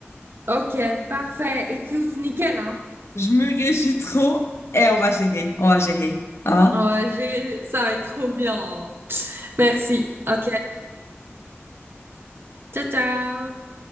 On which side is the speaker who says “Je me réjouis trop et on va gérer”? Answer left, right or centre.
Left